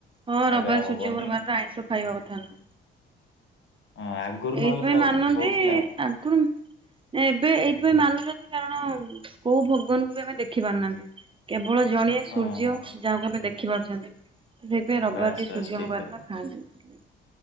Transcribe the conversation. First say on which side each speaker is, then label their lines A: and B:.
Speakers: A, on the right; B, on the left.
A: ହଁ ରବିବାର
B: ଏବେ ଆଉ
A: ସୁର୍ଯ୍ୟଙ୍କ
B: ହବନି।
A: ବାର ଆଇଁଷ ଖାଇବା କଥା ନୁହଁ।
B: ହଁ ଆଗରୁ
A: ଏଇଥିପାଇଁ
B: ନହେଲେ ପୁରା
A: ମାନନ୍ତି
B: ହଉଥିଲା
A: ଆଗରୁ ମୁଃ ଏବେ ଏଇଥିପାଇଁ ମାନ ଚନ୍ତି କାରଣ କୋଉ ଭଗବାନଙ୍କୁ ବି ଆମେ ଦେଖି ପାରୁନାହାନ୍ତି କେବ ଳ ଜଣିଏ
B: ହଁ
A: ସୂର୍ଯ୍ୟ
B: ହଁ
A: ଯାହାକୁ ଆମେ ଦେଖିପାରୁଚନ୍ତି। ସେଇଥି ପାଇଁ ରବିବାର
B: ବାସ୍
A: ଟି
B: ବାସ୍
A: ସୂର୍ଯ୍ୟଙ୍କ
B: ଠିକ
A: ବାର
B: କଥା।
A: ନା ଖାଆନ୍ତିନି ସେଥିପାଇଁ।